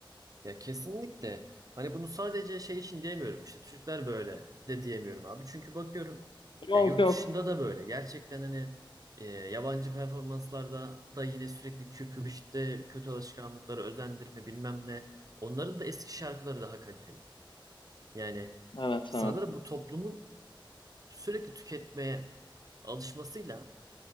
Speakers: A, on the right (about 45°); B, on the left (about 70°).
A: Ya kesinlikle. Hani bunu sadece şey için diyemiyorum. işte Türkler böyle de diyemiyorum abi. Çünkü bakıyorum
B: Yok
A: ya yurt
B: yok.
A: dışında da böyle. Gerçekten hani e, yabancı performanslarda da yine sürekli küfür işte kötü alışkanlıkları özendirme bilmem ne. Onların da eski şarkıları daha kaliteli. Yani
B: Evet
A: sanırım
B: evet.
A: bu toplumun sürekli tüketmeye alışmasıyla